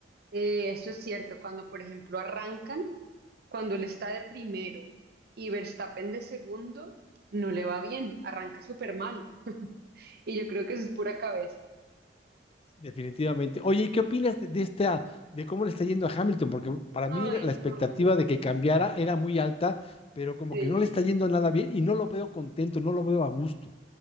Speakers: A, on the right; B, on the left.
A: Eh, eso es cierto, cuando por ejemplo arrancan, cuando él está de primero y Verstappen de segundo, no le va bien, arranca súper mal. Y yo creo que eso es pura cabeza.
B: Definitivamente. Oye, ¿y qué opinas de, de esta, de cómo le está yendo a Hamilton? Porque para mí
A: Ay,
B: la expectativa
A: no.
B: de que cambiara era muy alta, pero como
A: Sí,
B: que no le está yendo nada bien y no lo veo contento, no lo veo a gusto.